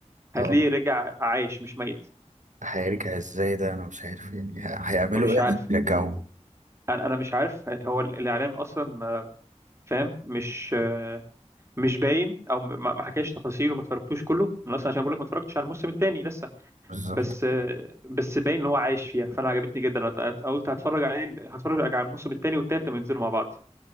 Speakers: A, on the right (about 20°); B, on the right (about 80°).
A: هتلاقيه
B: اه
A: رجع عايش مش ميت
B: هيرجع ازاي ده انا مش عارف يعني هيعملوا
A: مش
B: ايه
A: عارف
B: عشان يرجعوه
A: انا انا مش عارف هو ال- الاعلان اصلا آه، فاهم مش آه، مش باين او م- ما ما حكاش تفاصيله ما اتفرجتوش كله من اصلا عشان بقول لك ما اتفرجتش على الموسم الثاني لسه
B: بالظبط
A: بس آه، بس باين ان هو عايش فيها فانا عجبتني جدا أنا أت- قلت هتفرج عليه هتفرج على الموسم الثاني والثالث لما ينزلوا مع بعض